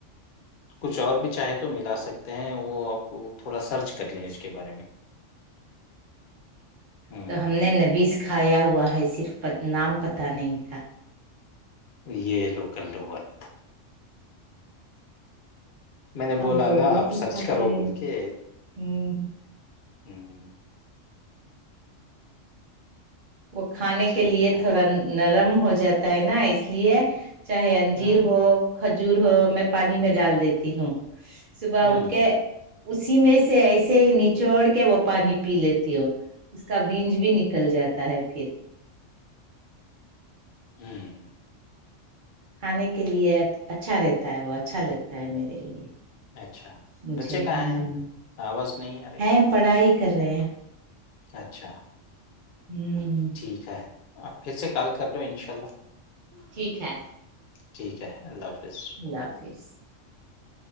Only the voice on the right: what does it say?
تو ہم نے نبیس کھایا ہوا ہے صرف نام پتہ نہیں تھا
ہم
تو
روز
ہی
کھاتے
ہیں
ہوں
وہ کھانے
کے لیے
تھوڑا نرم ہو جاتا ہے نا اس لیے چاہے انجیر
ہو کھجور ہو میں پانی میں ڈال دیتی ہوں صبح
اٹھ کے اسی میں سے ایسے ہی نچوڑ کے وہ پانی پی لیتی ہو اس کا بیج بھی نکل جاتا ہے پھر
کھانے کے لیے اچھا رہتا ہے وہ اچھا لگتا ہے میرے لیے
مجھے
ہوں
ہے پڑھائی کر رہے ہیں
ہوں
ٹھیک ہے
اللہ حافظ